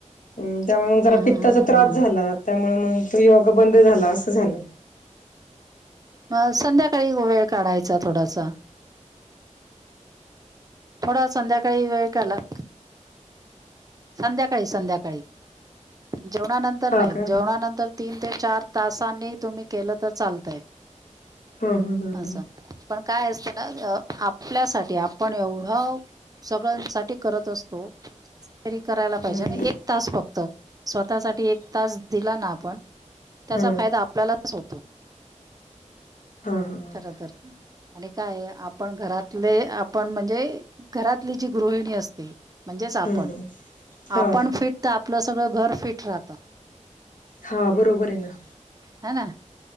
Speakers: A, on the left; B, on the right.
A: ह त्यामुळे
B: हम्म
A: मग जरा
B: हम्म
A: पित्ताचा
B: हम्म
A: त्रास
B: हम्म
A: झाला. त्या. मग तो योग बंद झाला असं झालं.
B: मग संध्याकाळी वेळ काढायचा थोडासा. थोडा संध्याकाळी वेळ केलात. संध्याकाळी, संध्याकाळी जेवणानंतर
A: हा
B: नाही.
A: का
B: जेवणानंतर तीन ते चार तासांनी तुम्ही केलं तर चालतंय.
A: हा हा हा.
B: असं पण काय असत ना आपल्यासाठी आपण एवढं सगळ्यांसाठी करत असतो. री करायला
A: हा
B: पाहिजे
A: ह
B: आणि एक तास फक्त स्वतःसाठी एक तास दिला ना आपण त्याचा
A: हा
B: फायदा आपल्यालाच होतो.
A: हा हा
B: खर तर आणि काय आपण घरातले आप पण म्हणजे घरातली जी गृहिणी असते म्हणजेच आपण
A: हम्म हा
B: आपण फिट तर, आपलं सगळं घर फिट राहत.
A: हा बरोबर आहे ना.
B: हाना.